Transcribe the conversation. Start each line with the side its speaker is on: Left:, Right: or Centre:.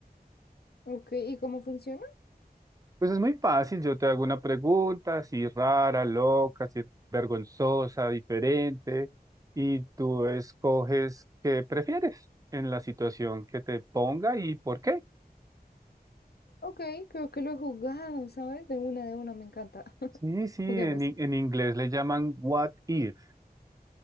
Left: Ok, ¿y cómo funciona?
Right: Pues es muy fácil, yo te hago una pregunta, si rara, loca, si vergonzosa, diferente, y tú escoges qué prefieres en la situación que te ponga y por qué.
Left: Ok, creo que lo he jugado, ¿sabes? De una, de una, me encanta. <laughs>
Right: Sí, sí, en,
Left: Juguemos.
Right: in- en inglés le llaman what if